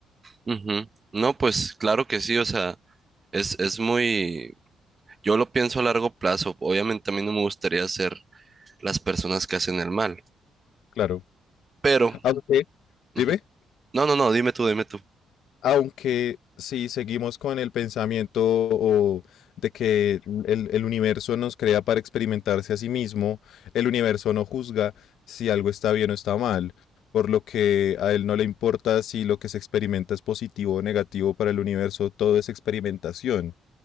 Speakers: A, on the right; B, on the left.
A: Ujú. No, pues claro que sí, o sea, es, es muy, Yo lo pienso a largo plazo. Obviamente a mí no me gustaría ser las personas que hacen el mal,
B: Claro.
A: pero...
B: Aunque,
A: ujú.
B: dime,
A: No, no, no, dime tú, dime tú.
B: aunque si seguimos con el pensamiento o de que el, el universo nos crea para experimentarse a sí mismo, el universo no juzga si algo está bien o está mal, por lo que a él no le importa si lo que se experimenta es positivo o negativo para el universo, todo es experimentación.